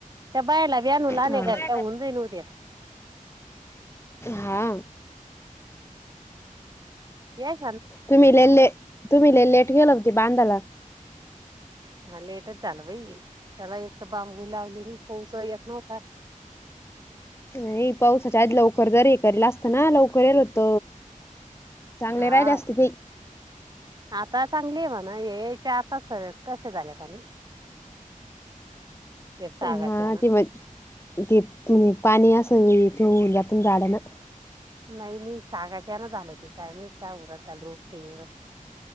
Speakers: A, on the right (about 30°); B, on the left (about 20°).
A: त्या बायला वि्याहणू लाण्या
B: हा
A: घते ह न उद्या
B: हा
A: हम्
B: तुम्ही ललेले तुम्ही लले लेट गेल होती बांधाला
A: हा लेटच झालं भाई त्याला एक तर बांबू लावलेली पोच येत नव्हता
B: हे पावसाच्या आधी लवकर जरी हे करेल असतं ना लवकर येल होत चांगले
A: हा
B: राहिले असते ते
A: आता चांगली आहे ब ना हे चार तास कसे झाले खाली सागाच्यान
B: हा ती म त पाणी अस इथून उातून जाढ ना
A: नाही नाही सागाच्यान झालतीि काय मी चा उर त्या लोप टी